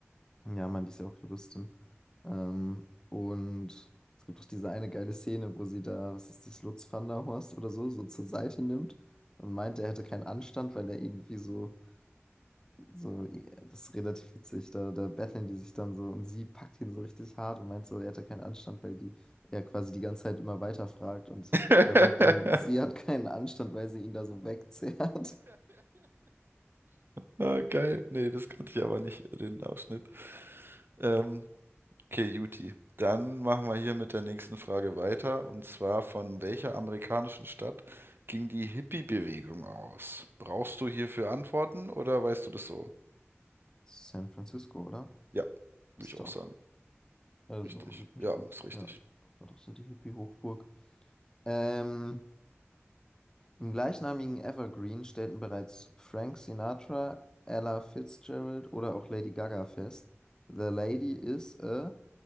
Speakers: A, on the left; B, on the right.
A: ja, man, die ist ja auch Juristin. Ähm, und es gibt doch diese eine geile Szene, wo sie da, was ist das, Lutz van der Horst oder so, so zur Seite nimmt und meint, er hätte keinen Anstand, weil er irgendwie so so, ja, das ist relativ witzig. Da, da betteln die sich dann so und sie packt ihn so richtig hart und meint so, er hätte keinen Anstand, weil die er quasi die ganze Zeit immer weiterfragt und
B: <laughs>
A: er sagt dann, sie hat keinen Anstand, weil sie ihn da so wegzerrt.
B: Ah, geil. Nee, das kannte ich aber nicht, den Ausschnitt. Ähm, okay, Juti. Dann machen wir hier mit der nächsten Frage weiter. Und zwar, von welcher amerikanischen Stadt ging die Hippie-Bewegung aus? Brauchst du hierfür Antworten oder weißt du das so?
A: San Francisco, oder?
B: Ja, würde
A: Ist
B: ich auch
A: doch.
B: sagen.
A: Also,
B: Richtig.
A: würde mich
B: Ja,
A: wohl.
B: ist richtig.
A: Ja, das war doch so die Hippie-Hochburg. Ähm, im gleichnamigen Evergreen stellten bereits Frank Sinatra, Ella Fitzgerald oder auch Lady Gaga fest. The lady is a.